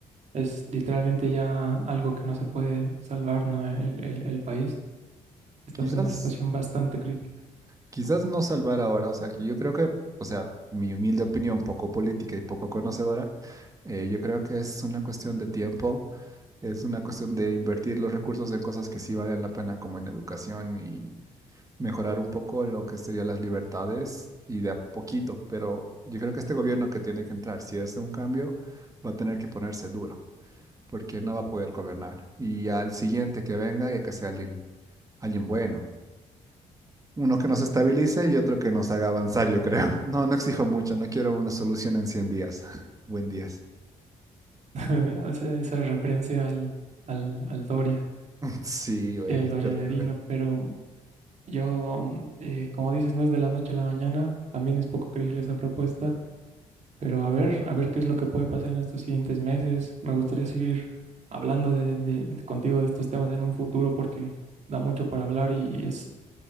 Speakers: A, on the right; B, on the right.
A: es literalmente ya algo que no se puede salvar, ¿no? El, el- el país. Estamos
B: Quizás
A: en una situación bastante crítica.
B: Quizás no salvar ahora, o sea, que yo creo que, o sea, mi humilde opinión, poco política y poco conocedora, eh, yo creo que es una cuestión de tiempo, es una cuestión de invertir los recursos en cosas que sí valen la pena, como en educación y mejorar un poco lo que serían las libertades y de a poquito, pero yo creo que este gobierno que tiene que entrar, si es de un cambio, va a tener que ponerse duro, porque no va a poder gobernar. Y al siguiente que venga, ya que sea alguien, alguien bueno. Uno que nos estabilice y otro que nos haga avanzar, yo creo. <laughs> No, no exijo mucho, no quiero una solución en 100 días. <laughs> Buen días.
A: <laughs> Hace esa referencia al, al, al Doria
B: Sí, güey,
A: y al
B: es
A: Doria
B: terrible.
A: Medina, pero yo, mm, eh, como dices, no es de la noche a la mañana, también es poco creíble esa propuesta. Pero a ver, a ver qué es lo que puede pasar en estos siguientes meses. Me gustaría seguir hablando de, de- de- contigo de estos temas en un futuro porque da mucho para hablar y, y es,